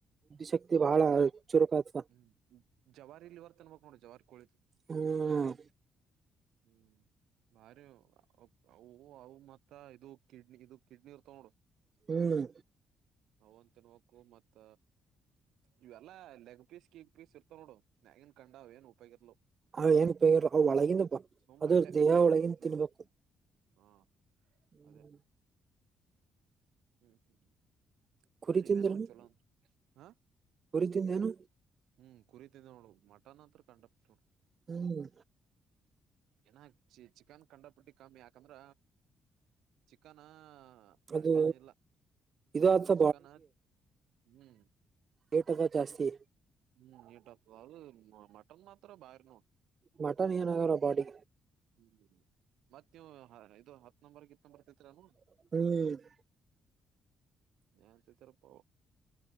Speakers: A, on the right; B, on the right.
A: ಶಕ್ತಿ ಬಹಳ ಚುರುಕ್ ಆಗ್ತದ
B: ಹ್ಮ್ ಜವಾರಿ ಇಲ್ಲಿ ಹೊರ್ತನ್ಬೇಕಕ್ ನೋಡು ಜವಾರಿ ಕೋಳಿದು
A: ಹ್ಮ್
B: ಹ್ಮ್ ಬಾರಿ ಅ ಅವು ಮತ್ತ ಇದು ಕಿಡ್ನಿ ಇದು ಕಿಡ್ನಿ ಇರ್ತಾವ ನೋಡು
A: ಹ್ಮ್
B: ನವು ಒಂದ ತಿನ್ವಕು ಮತ್ತ ಇವೆಲ್ಲಾ ಪೀಸ್ ಕೇಕ್ ಪೀಸ್ ಇರ್ತ ನೋಡು ಮ್ಯಾಗಿನ್ ಕಂಡ್ಏನ್ ಉಪಯೋಗಿಲು
A: ಹ ಏನ್ಪ ಅವ ಒಳಗಿಂದ ಬ
B: ಸುಮ್
A: ಅದು
B: ಅಟ್ಟೆ
A: ದೇಹ ಒಳಗಿಂದ
B: ತಿನ್ನೋದು
A: ತಿನ್ಬೇಕು
B: ಹಾ
A: ಹ್ಮ್
B: ಅದೇ ಹ್ಮ್ ಹ್ಮ್ ಹ್ಮ್
A: ಕುರಿ
B: ಅಂದ್ರೆ
A: ತಿಂದ್ರೇನು
B: ಇವೇ ನೋಡ ಚಲೋಂದ ಹ
A: ತಿಂದನು
B: ಹ್ಮ್ ಕುರಿತ ನೋ ಮಟನ್ ಹತ್ರ ಕಂಡ ನ
A: ಹ್ಮ್
B: ಏನ ಚ ಚಿಕನ್ ಕಂಡಪಟ್ಟಿ ಕಮ್ಮಿ ಯಾಕಂದ್ರ ಚಿಕನ್ ಹ
A: ಅದು
B: ಅಟ್ಟೇನ ಇಲ್ಲ
A: ಇದು
B: ಹ್ಮ
A: ಆತ
B: ಚಿಕನ್ ಹ ಹ್ಮ್
A: ಏಟಕ ಜಾಸ್ತಿ
B: ಹ್ಮ್ ನೀಟಪ್ಪ ಅದು ಮಟನ್ ಮಾತ್ರ ಭಾರನ
A: ಮಟನ್ ಏನಾಗರ ಪಾಡಿ
B: ಹ್ಮ್ ಮತ್ ನೀವು ಇದು ಹತ್ ನಂಬರ್ ಇತ್ ನಂಬರ್ ತತ್ರನು
A: ಹ್ಮ್
B: ಹತ ಪ